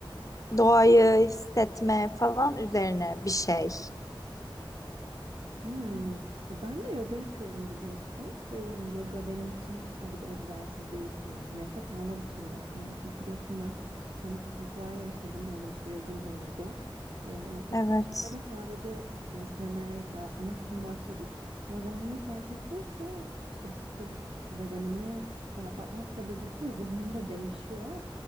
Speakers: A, on the left; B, on the right.
A: doğayı hissetme falan üzerine bir şey.
B: Hmm. Ya Ben de yoga yapıyorum biliyorsun ve yani yoga benim için sadece bir egzersiz değil, böyle bir nefes alma biçimi resmen. Çünkü biliyorsun ben panik ataklar yaşadım, öyle bir sürecim oldu. Ee, yani ilk
A: Evet.
B: başlarda sadece esnemek, rahatlamak için başladım. Ama zamanla fark ettim ki işte bu bedenimi rahatlatmakla birlikte zihnim de değişiyor.